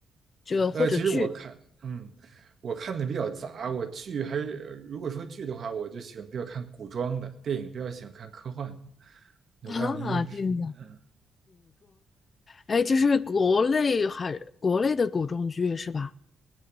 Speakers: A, on the left; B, on the right.
A: 就或者剧
B: 呃，其实我看，嗯，我看的比较杂。我剧还是，呃如果说剧的话，我就喜欢比较看古装的，电影比较喜欢看科幻的。
A: 啊，
B: 我不知道您是，
A: 这样子。
B: 嗯，
A: 哎，就是国内还国内的古装剧是吧？